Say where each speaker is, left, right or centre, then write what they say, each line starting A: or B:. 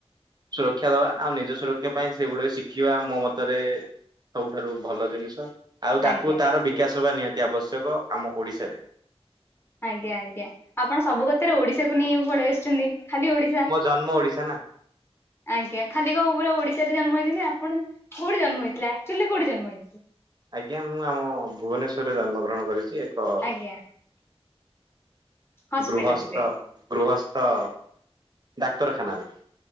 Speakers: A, on the right; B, on the left.
A: ସୁରକ୍ଷା ଦବା ଆଉ ନିଜ ସୁରକ୍ଷା ପାଇଁ ସେଇଗୁଡିକ ଶିଖିବା ମୋ ମତରେ ସବୁଠାରୁ ଭଲ ଜିନିଷ। ଆଉ ତାକୁ
B: ଆଜ୍ଞା
A: ତାର ବିକାଶ ହବା ନିହାତି ଆବଶ୍ୟକ। ଆମ ଓଡ଼ିଶାରେ
B: ଆଜ୍ଞା ଆଜ୍ଞା ଆପଣ ସବୁ କଥାରେ ଓଡିଶାକୁ ନେଇ ପଳେଇ ଆସିଛନ୍ତି। ଖାଲି ଓ ଓଡ଼ିଶା,
A: ମୋ ଜନ୍ମ ଓଡିଶା ନା
B: ଆଜ୍ଞା ଖାଲି କଣ ପୁରା ଓଡିଶା ଜନ୍ମ ହେଇ ଆପଣ କୋଉଠି ଜନ୍ମ ହେଇଥିଲେ ଆକ୍ଚୁଆଲି କୋଉଠି ଜନ୍ମ ହେଇଥିଲେ?
A: ଆଜ୍ଞା ମୁଁ ଆମ ଭୁବନେଶ୍ଵରରେ ଜନ୍ମଗ୍ରହଣ କରିଚି। ତ
B: ଆଜ୍ଞା ହସ୍ପିଟାଲ
A: ଗୃହସ୍ଥ
B: ରେ
A: ଗୃହସ୍ ତ ଡାକ୍ତରଖାନା ବି।